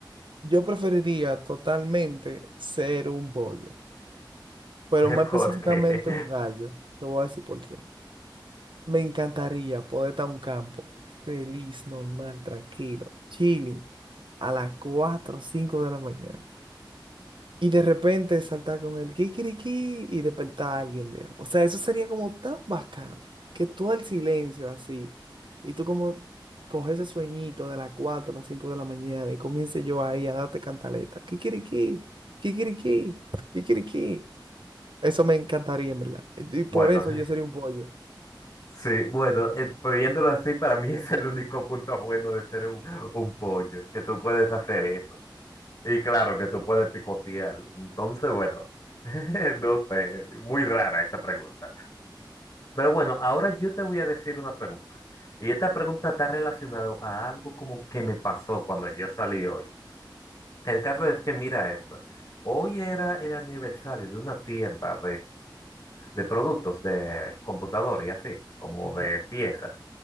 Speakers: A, on the right; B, on the left.
A: yo preferiría totalmente ser un pollo, pero
B: <laughs>
A: más específicamente
B: Porque,
A: un gallo. Te voy a decir por qué. Me encantaría poder estar en un campo feliz, normal, tranquilo, chilling, a las 4 o 5 de la mañana. Y de repente saltar con el kikiriki y despertar a alguien, viejo. O sea, eso sería como tan bacán que todo el silencio así. Y tú como coges ese sueñito de las 4 a las 5 de la mañana y comience yo ahí a darte cantaleta. Kikiriki, kikiriki, kikiriki. Eso me encantaría, en verdad. Y y por
B: bueno,
A: eso yo sería un pollo.
B: <laughs> sí, bueno, eh, pues viéndolo así, para mí <laughs> es el único punto bueno de ser un, un pollo, que tú puedes hacer eso. Y claro, que tú puedes picotear. Entonces, bueno, <laughs> no sé, muy rara esta pregunta. Pero bueno, ahora yo te voy a decir una pregunta. Y esta pregunta está relacionada a algo como que me pasó cuando yo salí hoy. El caso es que, mira esto, hoy era el aniversario de una tienda de productos de computador y así, como
A: Ajá,
B: de piezas.